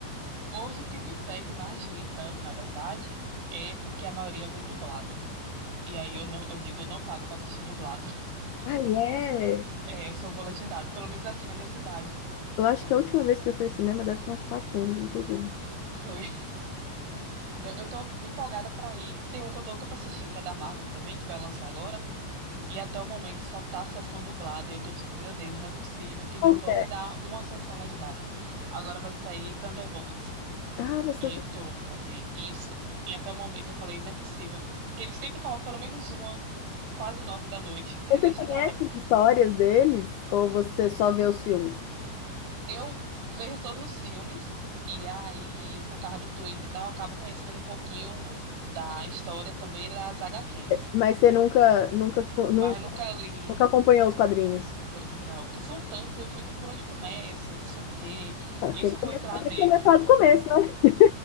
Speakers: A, on the right (about 80°); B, on the left (about 85°).
A: Hoje o que me pede mais de ir tanto, na verdade, é porque a maioria vem dublado. E aí eu, não, eu digo, eu não pago pra assistir dublado. <laughs>
B: Ai, é.
A: É, eu só vou legendado, pelo menos aqui na minha cidade.
B: Eu acho que a última vez que eu fui ao cinema deve ter uns quatro anos, não tô zoando.
A: Foi. <laughs> Eu tô empolgada pra ir. Tem um que eu tô louca pra assistir, que é da Marvel também, que vai lançar agora. E até o momento só tá a sessão dublada. E eu tô tipo, meu Deus, não é possível que não
B: Qual
A: vão
B: que é?
A: me dar uma sessão legendada. Agora vai sair Thunderbolts.
B: Ah, vai ser
A: E
B: outra.
A: eu tô louca pra ver isso. E até o momento eu falei, não é possível. Que eles sempre colocam pelo menos uma, quase nove da noite, que
B: Você
A: é legendada.
B: conhece as histórias deles ou você só vê os filmes?
A: Eu vejo todos os filmes, e aí, por causa do Twitter e tal, eu acabo conhecendo um pouquinho da história também das HQs.
B: Mas você nunca, nunca, nunca,
A: Mas eu nunca li.
B: nunca acompanhou os quadrinhos?
A: to- Não, porque são tantos, eu fico por onde começa, não sei o quê.
B: Ah,
A: E
B: Tem
A: se
B: que
A: eu
B: começar,
A: for entrar
B: tem
A: nesse.
B: que começar do começo, né?